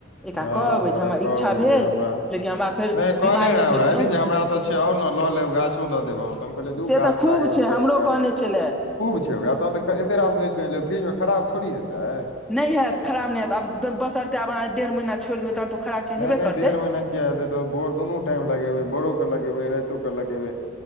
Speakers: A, in the centre; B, on the left.
A: एकरा
B: ह
A: कहबै
B: तोरा
A: जे हमरा
B: कहबै
A: इच्छा भेल
B: जे हमरा
A: लेकिन हमरा फेर
B: नहि कहने
A: दिमागमे
B: रहे हमरा
A: सोचलहुँ
B: एक दिन जे हमरा आउ ने लऽ लेब गाछो द देब हम कहलिय दू
A: से
B: गाछ
A: तऽ खूब
B: लाके
A: छै
B: मे बड़ी
A: हमरो
B: काल
A: कहने छले
B: खूब छै ओकरा तहन तऽ एतेक रास नहि छै ल फ्रिजमे खराब थोड़ी हेतै
A: नहि हयैत खराब नहि हैत आब बसरते आब अहाँ डेढ़ महीना छोड़ि देबै तहन तऽ खराब चीज
B: नहि
A: हेबे
B: नहि
A: करतै
B: डेढ़ महिना किए हेतै तऽ भोर दुनू टाइम लगेबै भोरोके लगेबै रातियोकेँ लगेबै